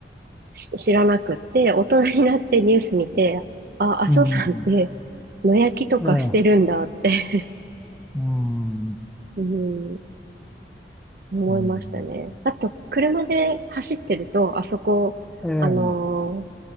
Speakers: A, on the right; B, in the centre.
A: し知らなくって、大人になってニュース見て、あ、阿蘇山って
B: うん、
A: 野焼きとかしてるんだって
B: ええ、うん、う
A: <laughs> うん思いましたね。
B: ん、
A: あと、車で走ってると、あそこ、
B: え
A: あの